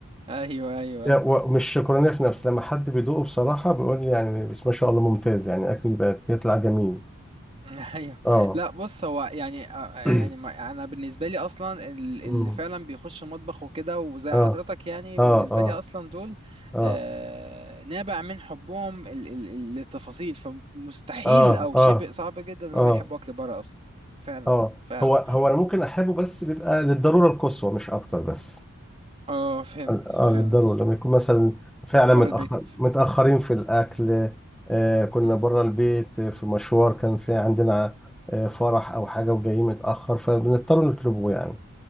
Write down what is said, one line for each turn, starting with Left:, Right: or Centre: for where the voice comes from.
Right: أيوة أيوة
Centre: يعني
Right: أيوة
Centre: ومش شكرانيه في نفسي لما حد بيدوقه بصراحه بيقول لي يعني بس ما شاء الله ممتاز يعني اكل بقى بيطلع جميل
Right: <laughs> ايوه
Centre: اه
Right: لا بص هو يعني آه، آه،
Centre: <clears throat>
Right: يعني ما- انا بالنسبه لي اصلا ال- اللي
Centre: أمم.
Right: فعلا بيخش مطبخ وكده وزي
Centre: اه
Right: حضرتك يعني
Centre: اه
Right: بالنسبه
Centre: اه
Right: لي اصلا دول
Centre: اه
Right: آه، نابع من حبهم ال- ال- ال- للتفاصيل فمستحيل
Centre: اه
Right: او
Centre: اه
Right: شبه صعب جدا ان
Centre: اه
Right: هم يحبوا اكل بره اصلا فعلا
Centre: اه
Right: فعلا
Centre: هو هو انا ممكن احبه بس بيبقى للضروره القصوى مش اكتر بس
Right: اه فهمت
Centre: اه
Right: فهمت
Centre: للضرورة لما يكون مثلا فعلا
Right: بره
Centre: متأخر
Right: البيت
Centre: متأخرين في الأكل آه كنا
Right: مم.
Centre: بره البيت آه، في مشوار كان في عندنا آه فرح أو حاجة وجايين متأخر فبنضطر نطلبه يعني